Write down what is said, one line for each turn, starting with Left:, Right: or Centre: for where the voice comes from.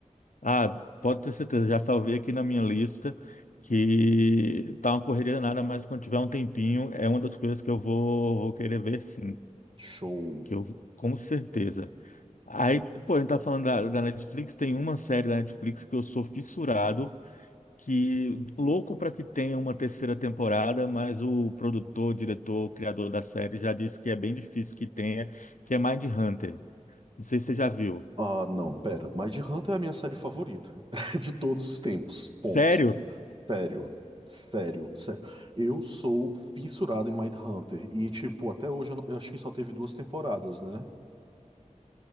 Left: Ah, pode ter certeza, já salvei aqui na minha lista que tá uma correria nada, mas quando tiver um tempinho, é uma das coisas que eu vou, vou querer ver sim,
Right: Show.
Left: que eu com certeza. Aí, pô, a gente tá falando da, da Netflix, tem uma série da Netflix que eu sou fissurado, que louco para que tenha uma terceira temporada, mas o produtor, diretor, criador da série já disse que é bem difícil que tenha, que é Mindhunter. Não sei se você já viu.
Right: Ah, não, pera. Mind Hunter é a minha série favorita <laughs> de todos os tempos. Ponto.
Left: Sério?
Right: Sério. Sério, sério. Eu sou fissurado em Mind Hunter E, tipo, até hoje eu, não- eu acho que só teve duas temporadas, né?